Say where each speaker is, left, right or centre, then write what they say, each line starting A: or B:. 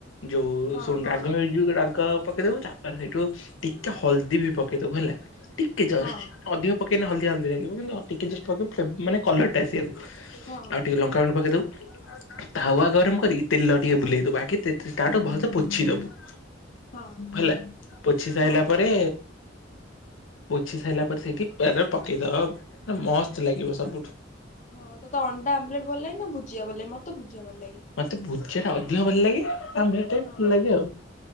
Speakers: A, on the left; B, on the left.
A: ଯୋଉ
B: ହଁ
A: ଶୁଣୁ
B: ହଁ
A: ରାଗ ହେଇ ଯୋଉ ରାଗ ପକେଇଦବୁ ତାପରେ ସେଇଠୁ ଟିକେ ହଳଦୀ ବି ପକେଇଦବୁ ହେଲା ଟିକେ ଜଷ୍ଟ।
B: ହଁ
A: ଅଧିକ ପକେଇଲେ ହଲଦିଆ ହଳଦିଆ ଲାଗିବ କିନ୍ତୁ ଅ ଟିକେ ଜଷ୍ଟ ପକେଇବୁ ଫ୍ଲେ ମାନେ କଲରଟା ଆସିବାକୁ।
B: ହଁ
A: ଆଉ ଟିକେ ଲଙ୍କା ଗୁଣ୍ଡ ପକେଇ ଦବୁ। ତାୱା ଗରମ କରିକି ତେଲ ଟିକେ ବୁଲେଇ ଦବୁ ଆଗେ ତେ ତେ ତାୱଆ ଟାକୁ ଭଲସେ ପୋଛି ଦବୁ।
B: ହଁ
A: ହେଲା ପୋଛି ସାଇଲା
B: ହଁ
A: ପରେ। ପୋଛି ସାଇଲା ପରେ ସେଇଠି ପିଆଜ ପକେଇଦବୁ ପୁରା ମସ୍ତ ଲାଗିବ ସବୁଠୁ।
B: ହଁ ତତେ ଅଣ୍ଡା ଆମ୍ବଲେଟ୍ ଭଲ ଲାଗେ ନା ଭୁଜିଆ ଭଲ ଲାଗେ ମତେ ଭୁଜିଆ ଭଲ ଲାଗେ।
A: ମତେ ଭୁଜିଆଟା ଅଧିକ ଭଲ ଲାଗେ ଆମଲେଟ୍ ଟା
B: ହଁ
A: ବି ଭଲ ଲାଗେ ଆଉ।